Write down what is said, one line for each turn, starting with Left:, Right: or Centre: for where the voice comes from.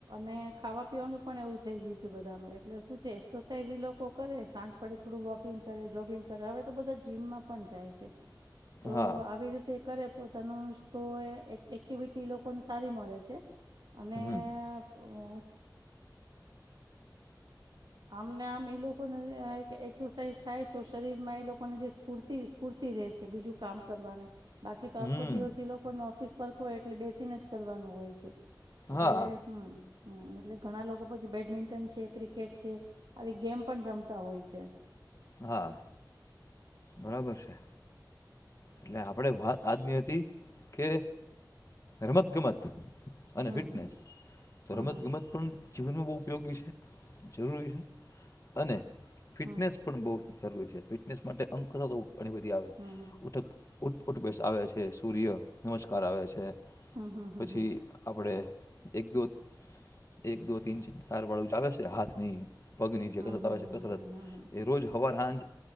Right: ને ખાવા પીવાનું પણ એવું થઈ ગયું છે બધાનું એટલે શું છે એક્સરસાઇઝ એ લોકો કરે સાંજ પડે થોડું વોકિંગ કરે જોગિંગ કરે હવે તો બધા જીમમાં પણ જાય છે. તો
Left: હા
Right: આવી રીતે કરે. પોતાનું તો એ એક્ટિવિટી લોકોને સારી મળે છે. અને.
Left: હમ
Right: અ આમને આમ એ લોકોને એક્સરસાઝ થાય તો શરીરમાં એ લોકોને જે સ્ફૂર્તિ-સ્ફૂર્તિ ર છે બીજું કામ કરવાની. બાકી તો
Left: હમ
Right: આખો દિવસ એ લોકોને ઓફિસ. ફર્ક હોય એટલે બેસીને જ કરવાનું હોય છે. એટલે
Left: હા
Right: હમ્મ. હમ્મ એટલે ઘણા લોકો પછી બેડમિન્ટન છે ક્રિકેટ આવી ગેમ પણ રમતા હોય છે.
Left: હા. બરાબર છે. એટલે આપડે વાત આજની હતી કે રમત ગમત અને
Right: હમ
Left: ફિટનેસ
Right: હમ
Left: તો
Right: હમ
Left: રમત ગમત પણ જીવનમાં બવ ઉપયોગી છે, જરૂરી છે અને ફિટનસ
Right: હમ
Left: પન બો જરૂરી છે ફિટનેસ માટે અંક <unintelligible> ઘણી બધી આવે.
Right: હમ
Left: ઉઠ ઉઠ બેસ આવે છે, સૂર્ય નમસ્કાર આવે છે
Right: હમ હમ હમ
Left: પછી
Right: હમ
Left: આપડે એક દો એક દો તીન ચાર વાળું જ આવે છે હાથ નહી પગની જે
Right: હમ
Left: કસરત
Right: હમ હમ
Left: આવે છે કસરત
Right: હમ
Left: એ રોજ હવાર હાંજ